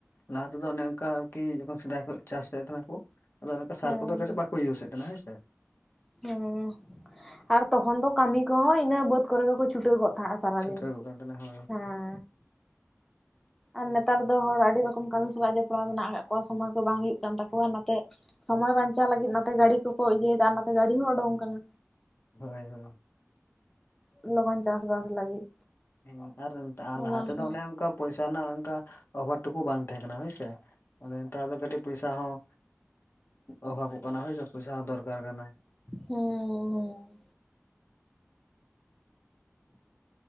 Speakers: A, on the left; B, in the centre.
A: ᱞᱟᱦᱟ ᱛᱮᱫᱚ ᱚᱱᱮ ᱚᱱᱠᱟ ᱟᱨᱠᱤ ᱡᱚᱠᱷᱚᱱ ᱥᱮᱫᱟᱭ ᱠᱷᱚᱱ ᱪᱟᱥᱮᱫ ᱛᱟᱦᱮᱱ ᱟᱠᱚ ᱟᱫᱚ ᱚᱱᱠᱟ ᱥᱟᱨ
B: ᱦᱮᱸ
A: ᱠᱚᱫᱚ ᱠᱟᱹᱴᱤᱡ ᱵᱟᱠᱚ ᱤᱭᱩᱥ‌ ᱮᱫ ᱛᱟᱦᱮᱱᱟ ᱦᱮᱸ ᱥᱮ᱾
B: ᱦᱮᱸ ᱟᱨ ᱛᱚᱠᱷᱚᱱ ᱫᱚ ᱠᱟᱹᱢᱤ ᱠᱚᱦᱚᱸ ᱤᱱᱟᱹ ᱵᱟᱹᱫᱽ ᱠᱚᱨᱮ ᱜᱮᱠᱚ ᱪᱷᱩᱴᱟᱹᱣ ᱜᱚᱫ ᱟ ᱥᱟᱨᱟ
A: ᱪᱷᱩᱴᱟᱹᱣ
B: ᱫᱤᱱ
A: ᱠᱚᱜ ᱠᱟᱱ ᱛᱟᱦᱮᱱᱟ ᱦᱳᱭ
B: ᱦᱮᱸ, ᱟᱨ ᱱᱮᱛᱟᱨ ᱫᱚ ᱦᱚᱲ ᱟᱹᱰᱤ ᱨᱚᱠᱚᱢ ᱠᱟᱹᱢᱤ ᱥᱟᱞᱟᱜ ᱡᱚᱯᱲᱟᱣ ᱢᱮᱱᱟᱜ ᱟᱠᱟᱫ ᱠᱚᱣᱟ ᱥᱚᱢᱚᱭ ᱠᱚ ᱵᱟᱝ ᱦᱩᱭᱩᱜ ᱠᱟᱱ ᱛᱟᱠᱚᱣᱟ ᱱᱚᱛᱮ, ᱥᱚᱢᱚᱭ ᱵᱟᱧᱪᱟᱣ ᱞᱟᱹᱜᱤᱫ ᱱᱟᱛᱮ ᱜᱟᱹᱲᱤ ᱠᱚᱠᱚ ᱤᱭᱟᱹᱭ ᱮᱫᱟ ᱟᱨ ᱱᱟᱛᱮ ᱜᱟᱹᱰᱤ ᱦᱚᱸ ᱩᱰᱩᱝ ᱠᱟᱱᱟ᱾
A: ᱦᱮᱸ ᱦᱮᱸ᱾
B: ᱞᱚᱜᱚᱱ ᱪᱟᱥᱵᱟᱥ ᱞᱟᱹᱜᱤᱫ
A: ᱦᱮᱸ ᱟᱨ ᱮᱱᱛᱮ
B: ᱚᱱᱟ
A: ᱞᱟᱦᱟ ᱛᱮᱫᱚ
B: ᱦᱮᱸ
A: ᱚᱱᱮ ᱚᱱᱠᱟ ᱯᱚᱭᱥᱟ ᱨᱮᱱᱟᱜ ᱚᱱᱠᱟ ᱚᱵᱷᱟᱵ ᱴᱩᱠᱩ ᱵᱟᱝ ᱛᱟᱦᱮᱸ ᱠᱟᱱᱟ ᱦᱳᱭ ᱥᱮ, ᱟᱫᱚ ᱱᱮᱛᱟᱨ ᱫᱚ ᱠᱟᱹᱴᱤᱡ ᱯᱚᱭᱥᱟ ᱦᱚᱸ ᱚᱵᱷᱟᱵᱚᱜ ᱠᱟᱱᱟ ᱦᱳᱭ ᱥᱮ ᱯᱚᱭᱥᱟ ᱦᱚᱸ ᱫᱚᱨᱠᱟᱨ ᱠᱟᱱᱟ᱾
B: ᱦᱮᱸ ᱦᱮᱸ᱾